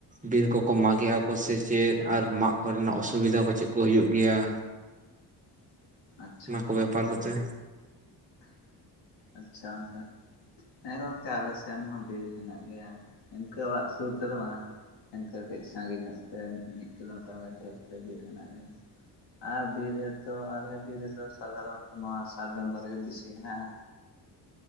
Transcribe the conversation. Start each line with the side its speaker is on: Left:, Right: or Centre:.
Right: ᱵᱤᱨ ᱠᱚᱠᱚ ᱢᱟᱜᱮ ᱟᱠᱚ ᱥᱮ ᱪᱮᱫ ᱟᱨ ᱢᱟᱜ ᱠᱚᱨᱮᱱᱟᱜ ᱚᱥᱩᱵᱤᱫᱟ ᱠᱚ ᱪᱮᱜ ᱠᱚ ᱦᱩᱭᱩᱜ ᱜᱮᱭᱟ?
Left: <inaudible> ᱟᱪᱪᱷᱟ
Right: ᱚᱱᱟ ᱠᱚ ᱵᱮᱯᱟᱨ ᱠᱚᱛᱮ
Left: ᱟᱪᱪᱷᱟ ᱜᱚᱝᱠᱮ ᱦᱮᱸ ᱜᱚᱝ ᱛᱮ ᱟᱞᱮ ᱥᱮᱱ ᱦᱚᱸ ᱵᱤᱨ ᱦᱮᱱᱟᱜ ᱜᱮᱭᱟ ᱤᱱᱠᱟᱹ ᱚᱲᱟᱜ ᱥᱩᱨ ᱛᱮᱫᱚ ᱵᱟᱝ᱾ ᱤᱱᱠᱟᱹ ᱠᱟᱹᱡ ᱥᱟᱺᱜᱤᱧ ᱧᱚᱜ ᱛᱮ ᱢᱤᱜ ᱠᱤᱞᱳᱢᱤᱴᱟᱨ ᱜᱟᱱ ᱡᱷᱟᱹᱞ ᱛᱮ ᱵᱤᱨ ᱦᱮᱱᱟᱜ ᱜᱮᱭᱟ᱾ ᱟᱨ ᱵᱤᱨ ᱨᱮᱫᱚ ᱟᱞᱮ ᱵᱤᱨ ᱨᱮᱫᱚ ᱥᱟᱫᱷᱟᱨᱚᱱᱚᱛᱚ ᱱᱚᱣᱟ ᱥᱟᱨᱡᱚᱢ ᱫᱷᱟᱨᱮ ᱜᱮ ᱵᱤᱥᱤ ᱦᱮᱱᱟᱜ-ᱟ᱾